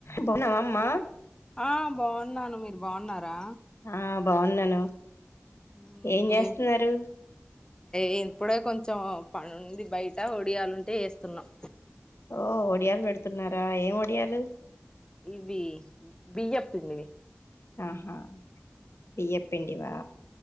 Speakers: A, on the left (about 70°); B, on the left (about 15°).
A: బావున్నావమ్మ
B: ఆ బాగున్నాను మీరు బాగున్నారా
A: ఆ బాగున్నాను
B: మ్మ్
A: ఏం జేస్తున్నారు
B: ఏ ఏ ఇప్పుడే కొంచెం పనుంది బయట ఒడియాలుంటే వేస్తున్నాం
A: ఓ ఒడియాలు పెడుతున్నారా ఏం ఒడియాలు
B: ఇవి బియ్యపిండివి
A: ఆహా బియ్యప్పిండివా